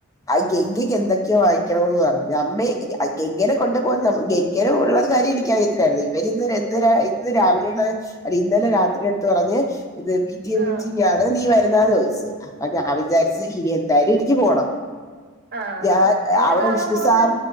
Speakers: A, on the left; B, on the right.
A: ആ ഗെംഗക്ക് എന്തൊക്കെയോ വാങ്ങിക്കണോന്ന് പറഞ്ഞ്. അമ്മേ അയ് ഗംഗേനെ കൊണ്ടുപോകാൻ നമു ഗെങ് ഇങ്ങനെ ഉള്ളത്കാര്യം എനിക്കറിയത്തിലായിരുന്നു. ഇവര് ഇന്ന് <unintelligible> രാ ഇന്ന് രാവിലെണത് അല്ല ഇന്നലെ രാത്രി അട്ത്ത് പറഞ്ഞ് ഇത് വി പി. ടി. എ
B: ആഹ്
A: മീറ്റിംഗാണ് നീ വരുന്നന്ന് ചോദിച്ച്, അപ്പോ ഞാൻ വിചാരിച്ച് ഇനി എന്തായാലും എനിക്ക് പോണം.
B: ആഹ്
A: ഞാൻ
B: എന്താ
A: അവിടെ
B: കാണാൻ
A: വിഷ്ണു
B: പോകുന്നേ
A: സാർ